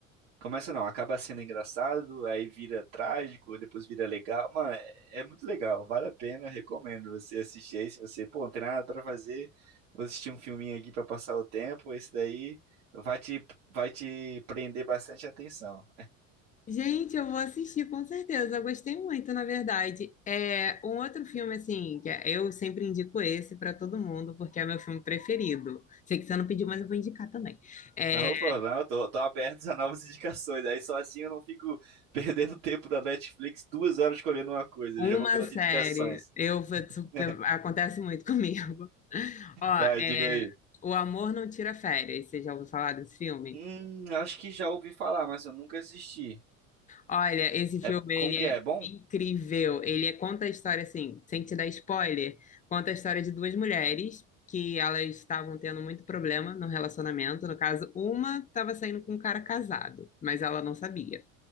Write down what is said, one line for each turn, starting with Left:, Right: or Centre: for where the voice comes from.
Right: Começa não, acaba sendo engraçado, aí vira trágico, depois vira legal. Mano, é, é muito legal, vale a pena, recomendo você assistir aí. Se você, pô, não tem nada pra fazer, vou assistir um filminho aqui pra passar o tempo, esse daí vai te, vai te prender bastante atenção.
Left: Gente, eu vou assistir com certeza. Eu gostei muito, na verdade. É um outro filme assim, que é- eu sempre indico esse para todo mundo porque é meu filme preferido. Sei que você não pediu, mas eu vou indicar também.
Right: <laughs>
Left: É
Right: Opa, não, tô, tô aberto a novas indicações. Aí só assim eu não fico <laughs> perdendo tempo da Netflix duas horas escolhendo uma coisa.
Left: uma
Right: Eu já vou pelas
Left: série.
Right: indicações.
Left: Eu super-
Right: <laughs>
Left: acontece muito comigo. <laughs> Ó,
Right: Vai,
Left: é
Right: diga aí.
Left: O Amor Não Tira Férias. Você já ouviu falar desse filme?
Right: Hum, acho que já ouvi falar, mas eu nunca assisti.
Left: Olha, esse
Right: É,
Left: filme,
Right: como
Left: ele
Right: que
Left: é
Right: é? É bom?
Left: incrível. Ele é- conta a história, assim, sem te dar spoiler, conta a história de duas mulheres que elas estavam tendo muito problema no relacionamento. No caso, uma estava saindo com um cara casado, mas ela não sabia.